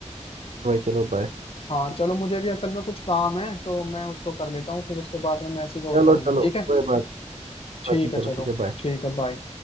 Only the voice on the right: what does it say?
भाई चलो बाय
ठीक
है
चलो
चलो
कोई बात
बात नहीं
चलो
ठीक है बाय